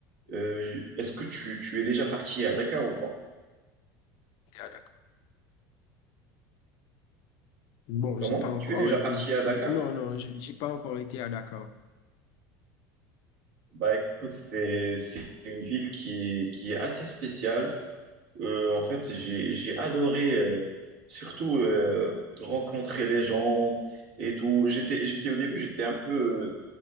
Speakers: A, on the right; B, on the left.
A: Euh, j- est-ce que tu, tu es déjà parti à Dakar ou pas?
B: Et à Bon,
A: Comment?
B: j'ai pas encore
A: Tu es déjà
B: été.
A: parti à Dakar?
B: Non, non, j'ai j'ai pas encore été à Dakar.
A: Bah écoute, c'est, c'est une ville qui est, qui est assez spéciale. Euh, en fait, j'ai, j'ai adoré euh, surtout euh, rencontrer les gens et tout. J'étais, j'étais au début, j'étais un peu